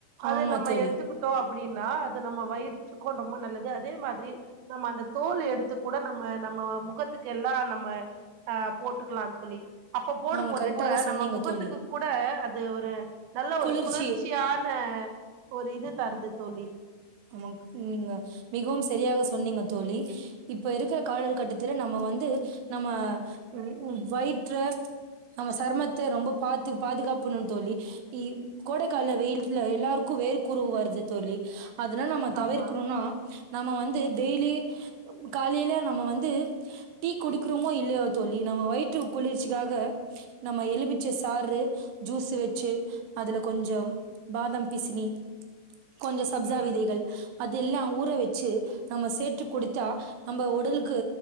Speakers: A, on the right; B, on the right.
A: அது
B: ஆமா
A: நம்ம
B: தோழி
A: எடுத்துக் தோ அப்டின்னா அது நம்ம வயிற்றுக்கு ரொம்ப நல்லது அதே மாதிரி நம்ம அந்த தோல் எடுத்து கூட நம்ம நம்ம முகத்துக்கு எல்லா நம்ம ஆ போட்டுக்கலா தோழி அப்ப போடும்போது
B: ஆமா கரெக்டாக
A: கூட
B: சொன்னீங்க
A: நம்ம முகத்
B: தோழி
A: கூட அது ஒரு நல்ல ஒரு
B: குளிர்ச்சி
A: குளிர்ச்சியான ஒரு இது தருது தோழி
B: ஆமா <inaudible> நீங்க மிகவும் செரியாக சொன்னீங்க தோழி இப்ப இருக்கற கால கட்டத்துல நம்ம வந்து நம்ம வ் வ் வயிற்று நம்ம சர்மத்த ரொம்ப பாத்து பாதுகாப்பணு தோழி இ கோடைக்கால வெயில்த்துல எல்லாருக்கு வேர்க்குரு வருது தோழி அதல்லா நம்ம தவிர்க்கணுன்னா
A: ஆமா
B: நம்ம வந்து டெய்லி காலைல நம்ம வந்து டீ குடுக்குறமோ இல்லையோ தோழி நம்ம வயிற்றுக் குளிர்ச்சிக்காக நம்ம எலுமி ச்ச சாறு ஜூஸு வெச்சு அதுல கொஞ்சம் பாதாம் பிசினி கொஞ்சம் சப்ஜா
A: ம்
B: விதைகள் அதெல்லா ஊற வெ ச்சு நம்ம சேற்று குடித்தா நம்ப ஒடலுக்கு